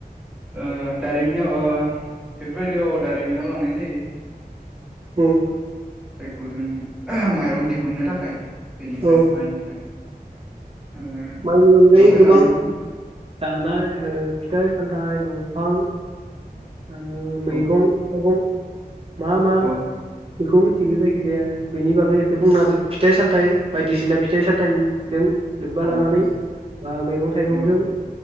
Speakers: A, in the centre; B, on the right.
A: ओ दारिमिनाव ओ बेफोरबायदियाव दारिमिनाव लांनाय जायो।
B: उम
A: जायखौ जों माइरं दिहुननो थाखाय बेनिफ्राय
B: औ
A: माइनिफ्राय। ओ
B: माइनि अनगायै
A: बेवहाय लांनानै
B: गोबां जानाय ओ फिथाइ सामथाइ दं ओं मैगं
A: औ
B: थाइगं मा मा
A: औ
B: बेखौ मिथिगौ जायखिजाया बेनि बागै एसे बुंना होदो फिथाइ सामथायाइ बायदिसिना फिथाइ साथायाइजों बा
A: औ
B: लानानै
A: औ
B: बा मैगं थाइगंजों
A: नंगौ